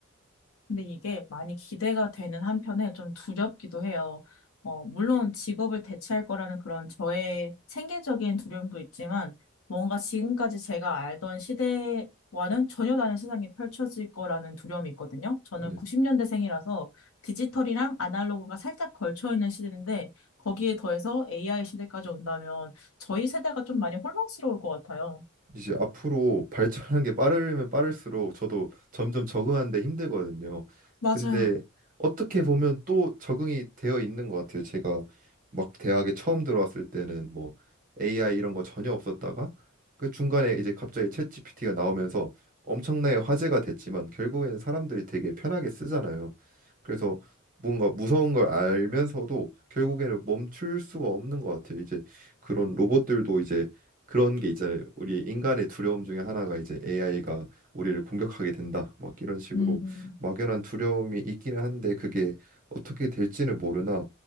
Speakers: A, on the left; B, on the right.
A: 근데 이게 많이 기대가 되는 한편에 좀 두렵기도 해요. 어, 물론 직업을 대체할 거라는 그런 저의 생계적인 두려움도 있지만 뭔가 지금까지 제가 알던 시대와는 전혀 다른 세상이 펼쳐질 거라는 두려움이 있거든요. 저는
B: 네.
A: 90년대생이라서 디지털이랑 아날로그가 살짝 걸쳐 있는 시대인데 거기에 더해서 AI 시대까지 온다면 저희 세대가 좀 많이 혼란스러울 것 같아요.
B: 이제 앞으로 발전하는 게 빠르면 빠를수록 저도 점점 적응하는데 힘들거든요.
A: 맞아요.
B: 근데 어떻게 보면 또 적응이 되어 있는 것 같아요. 제가 막 대학에 처음 들어왔을 때는 뭐 AI 이런 거 전혀 없었다가 그 중간에 이제 갑자기 챗 GPT가 나오면서 엄청나게 화제가 됐지만 결국에는 사람들이 되게 편하게 쓰잖아요. 그래서 뭔가 무서운 걸 알면서도 결국에는 멈출 수가 없는 것 같아요. 이제 그런 로봇들도 이제 그런 게 있잖아요. 우리 인간의 두려움 중에 하나가 이제 AI가 우리를 공격하게 된다. 막 이런 식으로
A: 음.
B: 막연한 두려움이 있기는 한데 그게 어떻게 될지는 모르나